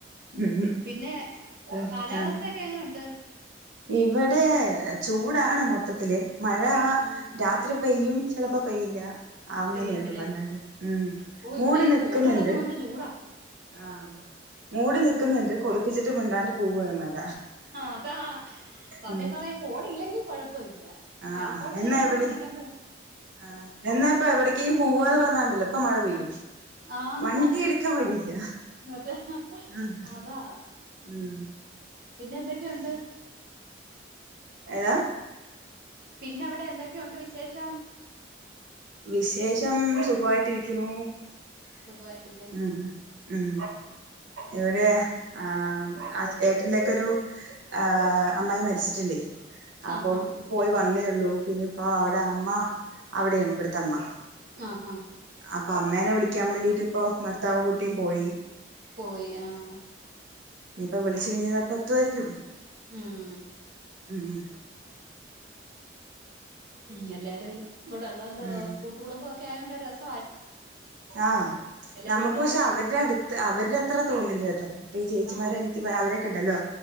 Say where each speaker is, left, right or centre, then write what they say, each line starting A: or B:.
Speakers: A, on the right; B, on the right.
A: ഉം
B: പിന്നെ
A: ആഹ്
B: കാലാവസ്ഥയൊക്കെ എങ്ങനുണ്ട്?
A: ഇവിടെ ചൂടാണ് മൊത്തത്തില് മഴ
B: ഉം.
A: രാത്രി പെയ്യും ചെലപ്പോ പെയ്യില്ല അങ്ങനെ
B: പെയ്യത്തില്ലേ?
A: ഒള്ളൂ അല്ലാണ്ട് ഉം
B: ഓഹ് ഇവിടെ
A: മൂടി
B: ഈ
A: നിക്ക്ന്ന്ണ്ട്
B: കോള് കിടക്കുന്നോണ്ട് ചൂടാ.
A: ആഹ് മൂടി നിക്ക്‌ന്ന്ണ്ട് കൊതിപ്പിച്ചിട്ട് മിണ്ടാണ്ട് പോവാണ് മഴ
B: അതാ. സത്യം
A: ഉം
B: പറഞ്ഞാ ഈ കോളില്ലെങ്കിൽ കൊഴപ്പൊ ഇല്ല ഈ
A: ആഹ്
B: മഴക്കോള്
A: എന്നാ
B: കേറി കൊണ്ടിരിക്കമ്പെ
A: എവിടെ ആഹ് എന്നാ ഇപ്പം എവിടക്കേം പോവാന്ന് പറഞ്ഞാണ്ടല്ലോ ഇപ്പം മഴ പെയ്യും
B: ആന്ന്
A: വണ്ടി ഇടുക്കാൻ വഴിയില്ല
B: മറ്റേ
A: ആഹ്
B: അതാ
A: ഉം
B: പിന്നെ എന്തൊക്കെയുണ്ട്
A: ഏതാ
B: പിന്നെ അവിടെ എന്തൊക്കെയുണ്ട് വിശേഷം
A: വിശേഷം സുഖവായിട്ടിരിക്കുന്നു
B: സുഖമായിട്ട്
A: ഉം ഉം എവ്ടെയാ ആഹ് ആ ഏട്ടന്റെ ഒക്കെ ഒരു ആഹ് അമ്മായി മരിച്ചിട്ട്ണ്ടേ അപ്പം
B: ആ ആ
A: പോയി വന്നേള്ളൂ പിന്നെ ഇപ്പ അവിടെ അമ്മ അവിടെയാണ് ഇവിട്ത്തെ അമ്മ
B: ആഹ ആഹ്
A: അപ്പൊ അമ്മേനെ വിളിക്കാൻ വേണ്ടീട്ട് ഇപ്പോ ഭർത്താവും കുട്ടിം പോയി
B: പോയി ആഹ്
A: ഇനി ഇപ്പോ വിളുച്ചു കഴിഞ്ഞാ ഇതാ ഇപ്പ എത്തുവായിരിക്കും
B: ഉം
A: ഉം
B: ഉം എല്ലാരും ഇവ്ടെ ഉള്ളതോണ്ട്
A: ഉം
B: കൂട്ടുകുടുംബം ഒക്കെ ആയോണ്ട്‌ ഒര് രസ്
A: ആഹ്
B: എല്ലാരും
A: നമുക്ക്
B: ഉള്ളത്
A: പക്ഷേ
B: കൊണ്ടൊക്കെ
A: അവരുടെ അടുത്ത് അവരുടെ അത്ര തോന്നില്ല്യട്ടോ ഇപ്പോ ഈ ചേച്ചിമാരും
B: ആ
A: അ നിയത്തിമാര് അവരേ ക്കെണ്ടല്ലോ